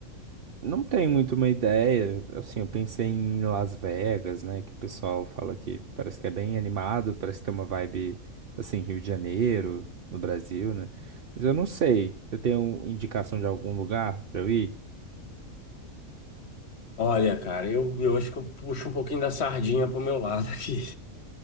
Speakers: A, on the right (about 50°); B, on the left (about 50°).
A: Não tenho muito uma ideia. Assim, eu pensei em Las Vegas, né? Que o pessoal fala que parece que é bem animado, parece que tem uma vibe assim, Rio de Janeiro, no Brasil, né? Mas eu não sei. Você tem um- indicação de algum lugar pra eu ir?
B: Olha, cara, eu, eu acho que eu puxo um pouquinho da sardinha pro meu lado aqui.